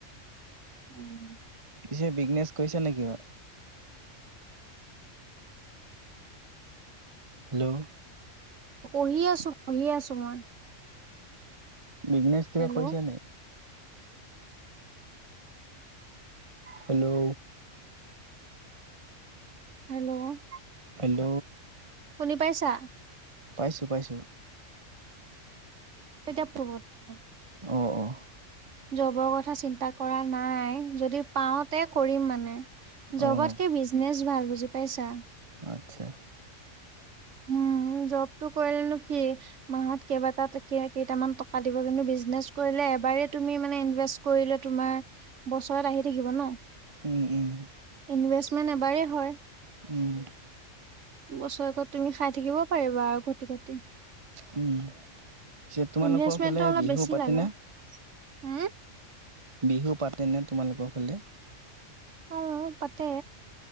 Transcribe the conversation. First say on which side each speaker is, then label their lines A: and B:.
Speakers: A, on the right; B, on the right.
A: উম।
B: পিছে বিগনেছ কৰিছা নে কিবা? হেল্ল'!
A: পঢ়ি আছো পঢ়ি আছো মই।
B: বিজনেছ কিবা
A: হেল্ল'
B: কৰিছা নাই? হেল্ল'?
A: হেল্ল'
B: হেল্ল'
A: শুনি পাইছা?
B: পাইছোঁ পাইছোঁ।
A: এতিয়া পহৰ্তমান
B: অঁ অঁ।
A: জবৰ কথা চিন্তা কৰা নাই, যদি পাওঁতে কৰিম মানে। জবতকে
B: অ',
A: বিজনেচ ভাল বুজি পাইছা?
B: আচ্ছা।
A: উম জবটো কৰিলেনো কি মাহত কেইবাটাত টকীয়া কেইটামান টকা দিব কিন্তু বিজনেচ কৰিলে এবাৰে তুমি মানে ইনভেষ্ট কৰিলে তোমাৰ বছৰত আহি থাকিব ন।
B: উম, উম,
A: ইনভেষ্টমেন এবাৰে হয়,
B: উম,
A: বছৰেকত তুমি খাই থাকিব পাৰিবা আৰু ঘটি ঘটি।
B: উম। পিছে তোমালোকৰ
A: ইনভেষ্টমেন্টটো
B: ফালে
A: অলপ
B: বিহু
A: বেছি
B: পাতেনে?
A: লাগে হা!
B: বিহু পাতেনে তোমালোকৰ ফালে?
A: অ পাতে।